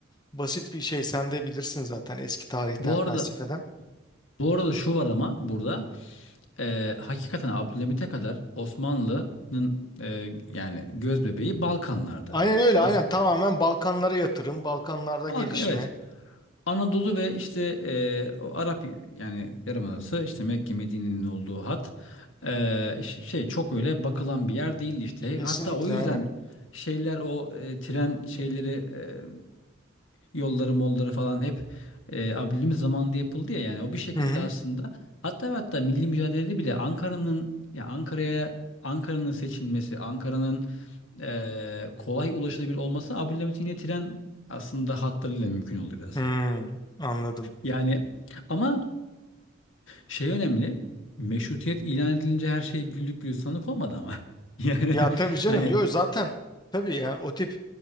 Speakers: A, on the left; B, on the left.
A: basit bir şey. Sen de bilirsin zaten eski tarihten,
B: Bu
A: felsefeden.
B: arada Bu arada şu var ama burada e, hakikaten Abdülhamit'e kadar Osmanlı'nın e, yani göz bebeği Balkanlardı.
A: Aynen öyle
B: Osmanlı.
A: aynen tamamen Balkanlara yatırım, Balkanlarda
B: Balkan
A: gelişme.
B: evet. Anadolu ve işte e, o Arap yani Yarımadası işte Mekke Medine'nin olduğu hat e, ş- şey çok öyle bakılan bir yer değildi işte.
A: Kesinlikle
B: Hatta o yüzden
A: aynen.
B: şeyler o e, tren şeyleri e, yolları molları falan hep e, Abdülhamit zamanında yapıldı ya yani o bir şekilde
A: Hı hı.
B: aslında hatta ve hatta milli mücadelede bile Ankara'nın ya Ankara'ya Ankara'nın seçilmesi, Ankara'nın e, kolay ulaşılabilir olması Abdülhamit'in yine tren aslında hatlarıyla mümkün oldu biraz.
A: Hmm, anladım.
B: Yani ama şey önemli. Meşrutiyet ilan edilince her şey güllük gülistanlık olmadı ama. <laughs> Yani
A: Ya tabii canım
B: hani
A: yok zaten tabii yani o tip